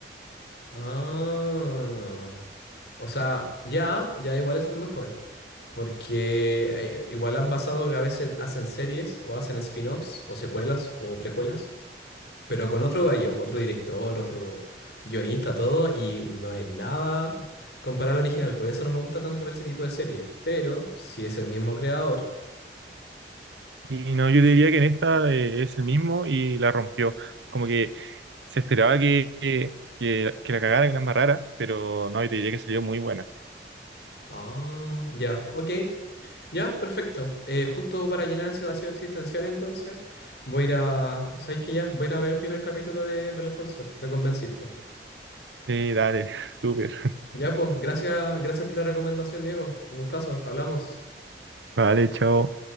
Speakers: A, on the left; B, on the right.
A: Ah, o sea, ya, ya igual es un mejor. Porque eh, igual han pasado que a veces hacen series o hacen spin-offs o secuelas o precuelas. Pero con otro gallo, otro director, otro guionista, todo, y no es nada comparado al original. Por eso no me gusta tanto ver ese tipo de series. Pero si es el mismo creador.
B: Y no, yo diría que en esta eh, es el mismo y la rompió. Como que se esperaba que, que, que- la cagara, que la embarrara, pero no, yo diría que salió muy buena.
A: Ah, ya, ok. Ya, perfecto. Eh, justo para llenar ese vacío existencial, entonces, voy a ir a. ¿Sabes qué ya? Voy a ir a ver el primer capítulo de Better Call Saul. Me convenciste.
B: Sí, dale, <laughs> súper.
A: Ya, pues, gracias, gracias por la recomendación, Diego. Un gustazo, hablamos.
B: Vale, chao.